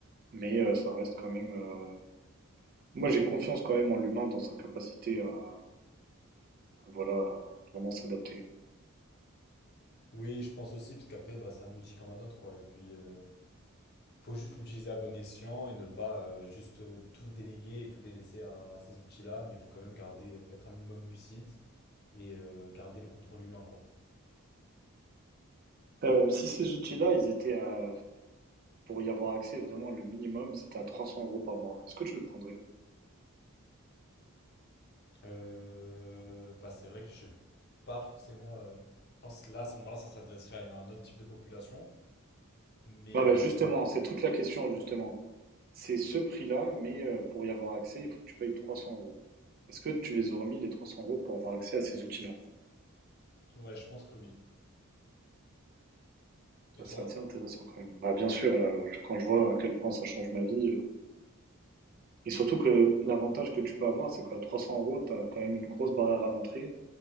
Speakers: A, on the right; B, on the left.
A: mais euh, ça reste quand même. euh, Moi, j'ai confiance quand même en l'humain dans sa capacité à, à, voilà, à vraiment s'adapter.
B: Oui, je pense aussi, parce qu'après, bah, c'est un outil comme un autre, quoi. Et puis, euh, faut juste l'utiliser à bon escient et ne pas euh, juste euh, tout déléguer et tout délaisser à ces outils-là, mais il faut quand même garder, être un minimum lucide et euh, garder le contrôle humain, quoi.
A: Euh, si ces outils-là, ils étaient à, pour y avoir accès vraiment le minimum, c'était à 300 euros par mois. Est-ce que tu le prendrais?
B: Euh, bah, c'est vrai que je sais pas forcément. euh, je pense que là, à ce moment-là, ça s'adresserait à une- à un autre type de population. Mais
A: Ouais, bah
B: euh,
A: justement, c'est toute la question, justement. C'est ce prix-là, mais euh, pour y avoir accès, il faut que tu payes 300 euros. Est-ce que tu les aurais mis les 300 euros pour avoir accès à ces outils-là?
B: ouais, je pense que oui. Et
A: Ça,
B: toi?
A: C'est assez intéressant quand même. Bah, bien sûr, là, je- quand je vois à quel point ça change ma vie. euh, Et surtout que l'avantage que tu peux avoir, c'est qu'à 300 euros, tu as quand même une grosse barrière à l'entrée.